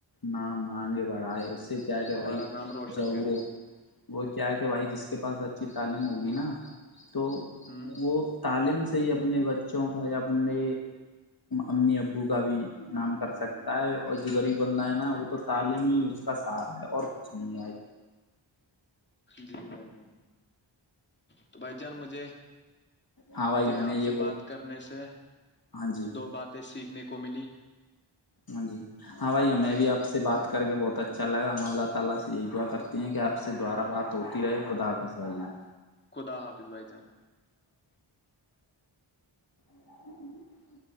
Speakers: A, on the left (about 45°); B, on the left (about 20°).
A: نام مانگے بڑھائے اس سے کیا کہ
B: ہمارا
A: بھائی
B: نام روشن
A: جب
B: کرے
A: وہ وہ کیا ہے کہ بھائی جس کے پاس اچھی تعلیم ہوگی نا تو
B: ہوں
A: وہ تعلیم سے ہی اپنے بچوں کا یا اپنے امی ابو کا بھی نام کر سکتا ہے اور جو غریب بندہ ہے نا وہ تو تعلیم ہی اس کا اور کچھ نہیں ہے
B: جی بھائی جان تو بھائی جان مجھے
A: ہاں بھائی
B: مجھے
A: میں
B: آپ
A: یہ
B: سے
A: بول
B: بات کرنے سے
A: ہاں جی
B: دو باتیں سیکھنے کو ملی
A: ہاں جی ہاں بھائییا
B: تو بھائی
A: میں بھی آپ سے بات کر کے بہت اچھا لگا ہم اللہ تعالی سے یہی دعا کرتے ہیں کہ آپ سے دوبارہ بات ہوتی رہے خدا حافظ بھائی جان
B: خدا حافظ بھائی جان
A: ہ